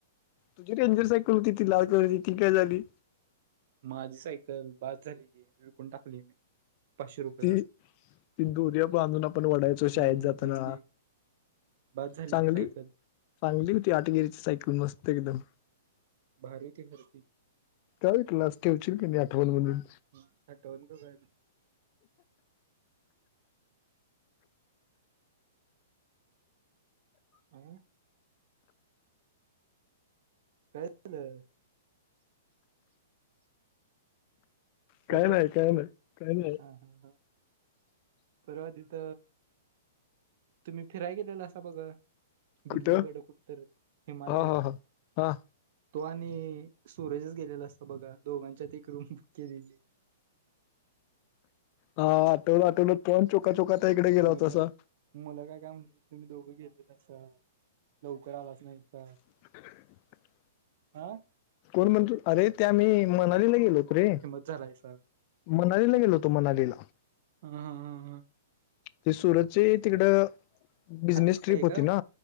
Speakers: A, on the left (about 40°); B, on the right (about 55°).
A: तुझी रेंजर सायकल होती ती लालक ती काय झाली
B: माझी सायकल बाद झाली गी विळकून टाकली मी पाचशे रुपयाला
A: ती ती दोर्या बांधून आपण वडायचो शाळेत
B: हम्म
A: जाताना
B: तेच की बाद झाली
A: चांगली
B: ती सायकल
A: चांगली होती आठगिरीची सायकल मस्त एकदम
B: बाारी होती घरती
A: त्या क्लास ठेवशील क आठवण म्हणून
B: ह हटवून का काय हं काय झालंय
A: काय
B: हॅलो
A: नाही काय नाही काय नाही
B: हा ह ह परर्वाजथ तुम्ही फिराय गेलेला असा बघा
A: कुठं
B: दिल्लीकडं कुठ तररी हिमालयात
A: हा हा हा हा
B: तो आणि सुरजच गेलेला असत बघा दोघांच्यात एक रूम बुक केलेली <unintelligible>
A: हा आठवलं आठवलं कोोण चोका चोका त्या इकडे गेला होतता
B: मुलं
A: असं
B: मुलं काय काय म्हण तुम्ही दोघं घेतलेस लवकर आलाच नाहीत
A: <unintelligible>
B: आा
A: कोण म्हणतो अरे त्या आ मी मनालीला गेलोत रे
B: जरायस
A: मनालीला गेलो होतो मनालीला
B: ह हा हां हां
A: ते सुरतची तिकड बिजनेस
B: आत्या
A: ट्रिप
B: आहे
A: होती
B: का
A: ना